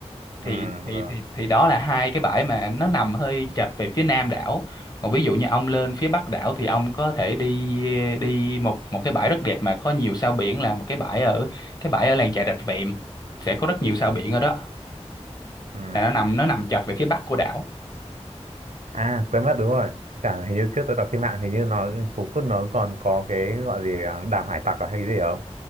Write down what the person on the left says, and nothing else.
thì
thì
thì thì đó là hai cái bãi mà nó nằm hơi chật về phía nam đảo còn ví dụ như ông lên phía bắc đảo thì ông có thể đi đi một một cái bãi rất đẹp mà có nhiều sao biển là một cái bãi ở cái bãi ở làng chài Rạch Vẹm sẽ có rất nhiều sao biển ở đó
là nó nằm nó nằm chật về phía bắc của đảo